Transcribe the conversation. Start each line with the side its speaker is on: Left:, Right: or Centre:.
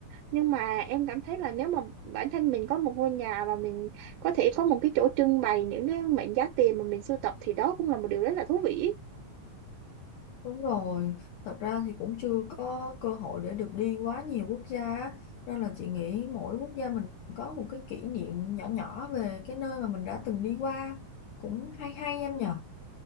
Right: nhưng mà em cảm thấy là nếu mà bản thân mình có một ngôi nhà và mình có thể có một cái chỗ trưng bày những cái mệnh giá tiền mà mình sưu tập thì đó cũng là một điều rất là thú vị ấy.
Left: Đúng rồi, thật ra thì cũng chưa có cơ hội để được đi quá nhiều quốc gia á. nên là chị nghĩ mỗi quốc gia mình có một cái kỷ niệm nhỏ nhỏ về cái nơi mà mình đã từng đi qua cũng hay hay em nhở